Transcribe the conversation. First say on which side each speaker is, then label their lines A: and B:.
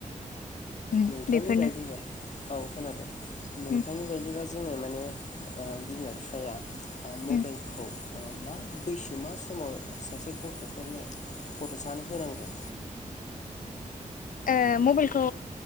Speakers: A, on the left (about 80°); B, on the left (about 60°).
A: उम
B: नोंथांनि
A: बेफोरनो
B: बायदिबा औ खोनादों। नोंथांनि
A: उम
B: बायदिबा जोङो माने ओ बिमा बिफाया ओ मबाइलखौ।
A: उम
B: अ मा बैसो मा समाव सासे गथ'फोरनो गथ' सानो होनांगौ।
A: ओ मबाइलखौ